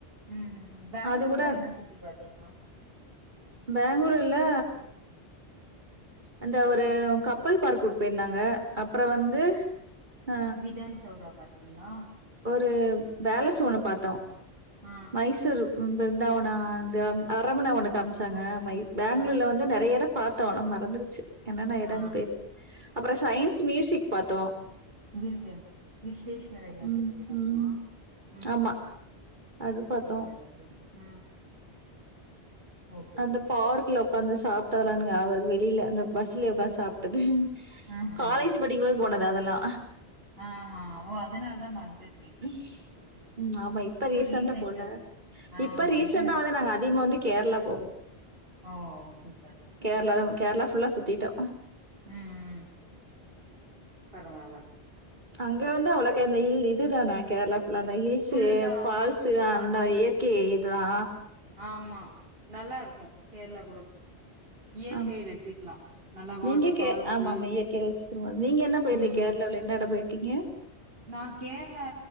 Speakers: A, on the right (about 60°); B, on the right (about 45°).
A: ம் ஹு பேங்ளூர்ல
B: அது கூட
A: என்ன சுத்தி பாத்தீங்க
B: பேங்களூர்ல அந்த ஒரு கப்பல் பார்க் கூட்டு போயிருந்தாங்க அப்புற வந்து ஆ
A: த்யான சௌதாபாத் என்னா
B: ஒரு பேலஸ்அ ஒன்னு பாத்தோ
A: ஆ
B: மைசூர் ம் பிருந்தாவன வந்து அரண்மன ஒன்னு காமிச்சாங்க மை பேங்களூர்ல
A: ஆ
B: வந்து நெறைய எடம் பாத் த்தோ ஆனா மறந்துருச்சு என்னன்னா எடம்னு
A: ஆ
B: பேர் அப்புற சயின்ஸ் மியூசிக் பாத்தோ
A: மிசியம் விஸ்வேஸ்வரை யா
B: ம்,
A: பேசிறோமா
B: ம்.
A: ம்
B: ஆமா. அது பார்த்தோம்.
A: ஒகே ஒகே ம் ஓகே
B: அந்த
A: ஓகே
B: பார்க்ல உக்காந்து சாப்ட்டதலா எனக் ஞாபக இருக்கு வெளியில அந்த பஸ்லே உக்காந்து சாப் டது
A: ஆஹா
B: காலேஜ் படிக்கும் போது போனது அதெல்லா
A: ஆஹா ஓ அதனால தா மனசுல
B: ம் ஆமா இப்ப ரிசன்டா
A: ரீசெண்டா
B: போல
A: ஆ
B: இப்ப
A: போயிருந்தா
B: ரீசெண்டா வந்து நாங்க அதிகமா வந்து கேரளா போவோ
A: ஓ சூப்பர் சூப்பர்
B: நல்லாதா கேரளா ஃபுல்லா சுத்திட்டோ
A: ம் ம் பரவாயில்ல
B: அங்க வந்து அவ்வளோக்க அந்த ஹில் இது தானே கேரளா ஃபுல்லா அந்த ஹில்ஸு
A: ஃபுல்லா
B: ஃபால்ஸு
A: ஆமா மல
B: அந்த இயற் கை இதுதா
A: ஆமா நல்லாருக்கு கேரளா கூடோ இயற்கைய
B: ஆமா
A: ரசிக்கலா நல்லா வாட்டர்
B: நீங்க
A: ஃபால்ஸு
B: கே ஆமாமா இயற்கைய ரசிக்கிற‌மாரி நீங்க என்ன போயிருந்தீங்க
A: ம்
B: கேரளாவுல எந்த எட போயிருக்கீங்க
A: நா கேரளா